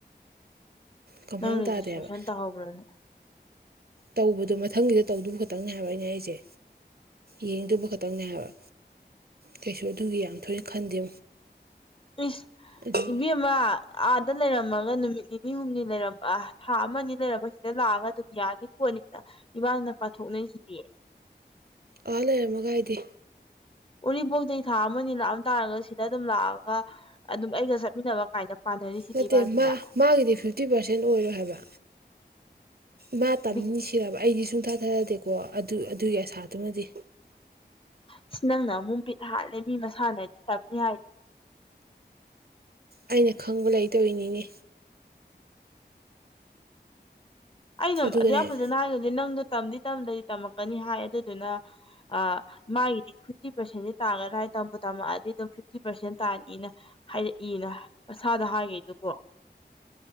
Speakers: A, on the right (about 60°); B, on the left (about 30°).
A: ꯀꯟꯐꯥꯔꯝ
B: ꯅꯪ ꯔꯦꯖꯤꯁꯇ꯭ꯔꯦꯁꯟ
A: ꯇꯥꯗꯦ ꯑꯕ
B: ꯇꯧꯍꯧꯕ꯭ꯔꯅꯦ
A: ꯇꯧꯕꯗꯣ ꯃꯊꯪꯒꯤꯗ ꯇꯧꯗꯨ ꯈꯛꯇꯪꯅꯦ ꯍꯥꯏꯕ ꯑꯩꯅ ꯑꯩꯁꯦ ꯌꯦꯡꯗꯨꯕ ꯈꯛꯇꯪꯅꯦ ꯍꯥꯏꯕ ꯀꯩꯁꯨ ꯑꯗꯨꯒꯤ ꯌꯥꯝ ꯊꯣꯏꯅ ꯈꯟꯗꯦ
B: ꯏꯁ
A: ꯑꯗꯨ
B: ꯏꯕ‌ꯦꯝ ꯃ ꯑꯥꯗ ꯂꯩꯔꯝꯃꯒ ꯅꯨꯃꯤꯠ ꯅꯤꯅꯤ ꯍꯨꯝꯅꯤ ꯂꯩꯔꯝꯕꯥ ꯊꯥ ꯑꯃꯅꯤ ꯂꯩꯔꯒ ꯁꯤꯗ ꯂꯥꯛꯑꯒ ꯑꯗꯨꯝ ꯌꯥꯅꯤ ꯈ‌ꯣꯠꯅꯤꯅ ꯏꯕꯅꯤꯅ ꯄꯥꯊꯣꯛꯅꯩꯁꯤꯗꯤ
A: ꯑꯥ ꯂꯩꯔꯝꯃꯒꯥ ꯍꯥꯏꯗꯤ
B: ꯎꯔꯤꯄꯣꯛꯇꯩꯩ ꯊꯥ ꯑꯃꯅꯤ ꯂꯥꯛꯑꯝ ꯇꯥꯔꯒ ꯁꯤꯗ ꯑꯗꯨꯝ ꯂꯥꯛꯑꯒ ꯑꯗꯨꯝ ꯑꯩꯒ ꯆꯠ ꯃꯤꯟꯅꯕ ꯀꯥꯏꯅ ꯄꯥꯅꯔꯤꯁꯤꯗꯤ
A: ꯅꯠꯇꯦ
B: ꯏꯕꯥꯅꯤꯅ
A: ꯃꯥ ꯃꯥꯒꯤꯗꯤ ꯐꯤꯞ ꯐꯤꯐꯇꯤ ꯄꯥꯔꯁꯦꯟ ꯑꯣꯏꯔ‌ꯦ ꯍꯥꯏꯕ ꯃꯥ ꯇꯝꯅꯤ
B: ꯕꯤꯠ
A: ꯁꯤꯔꯕ ꯑꯩꯗꯤ ꯁꯨꯡꯊꯥ ꯊꯥꯖꯗ‌ꯦꯀꯣ ꯑꯗꯨ ꯑꯗꯨꯏ ꯑꯁꯥꯗꯨꯃꯗꯤ
B: ꯑꯁ ꯅꯪꯅ ꯃꯨꯛ ꯕꯤꯠ ꯍꯥꯠꯂꯦ ꯃꯤ ꯃꯁꯥꯅꯗꯤ ꯇꯝꯅꯤ ꯍꯥꯏꯗꯣ
A: ꯑꯩꯅ ꯈꯪꯕ ꯂꯩꯇꯧꯔꯤꯅꯤꯅꯦ
B: ꯑꯩꯅ
A: ꯑꯗꯨꯒꯅꯦ
B: ꯑꯗꯨꯛ ꯌꯥꯝ ꯐꯖꯅ ꯍꯥꯏꯈꯩꯗꯤ ꯅꯪꯗꯣ ꯇꯝꯗꯤ ꯇꯝꯗꯔꯤ ꯇꯝꯃꯛꯀꯅꯤ ꯍꯥꯏ ꯑꯗꯨꯗꯨꯅ ꯑ ꯃꯥꯒꯤꯗꯤ ꯐꯤꯞꯇꯤ ꯄꯥꯔꯁꯦꯟꯗꯤ ꯇꯥꯒꯗ꯭ꯔ ꯍꯥꯏ ꯇꯝꯕꯨ ꯇꯝꯃꯛꯑꯗꯤ ꯑꯗꯨꯝ ꯐꯤꯐꯇꯤ ꯄꯥꯔꯁꯦꯟ ꯇꯥꯅꯤꯅ ꯍꯥꯏꯔꯛꯏꯅ ꯃꯁꯥꯗ ꯍꯥꯏꯒꯩꯗꯨꯕ‌ꯣ